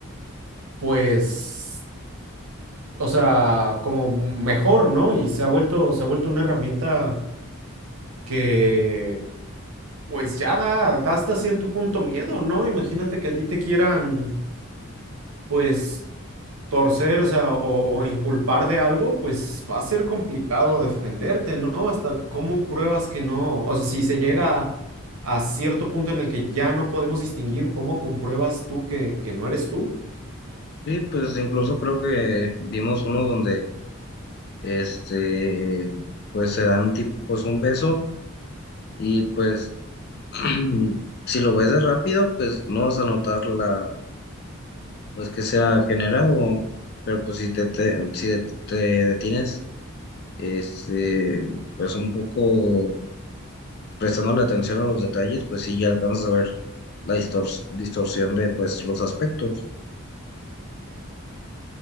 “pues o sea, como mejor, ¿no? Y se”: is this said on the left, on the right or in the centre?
Right